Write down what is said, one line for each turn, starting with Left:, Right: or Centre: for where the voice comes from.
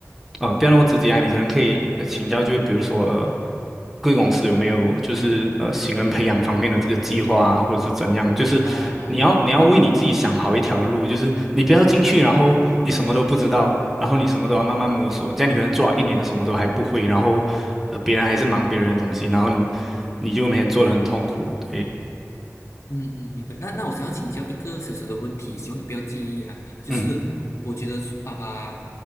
Centre: 呃，不要那么直接啊，你可能可以呃请教，就是比如说呃，贵公司有没有就是呃新人培养方面的这个计划啊，或者是怎样，就是你要你要为你自己想好一条路，
Left: 哦哦
Centre: 就是你不要进去，然后你什么都不知道，然后你什么都要慢慢摸索，这样你可能做了一年什么都还不会，然后。呃，别人还是忙别人的东西，然后你你就每天做的很痛苦。对，
Left: 嗯嗯，明白。那那我想要请教一个小小的问题，希望你不要介意啊。就是我觉得啊、
Centre: 嗯